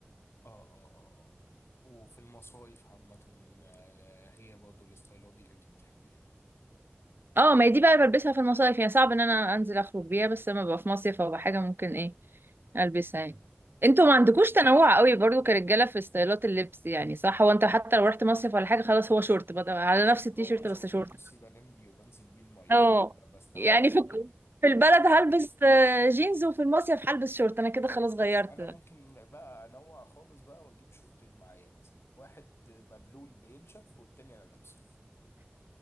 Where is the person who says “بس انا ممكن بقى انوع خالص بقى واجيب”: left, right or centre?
Left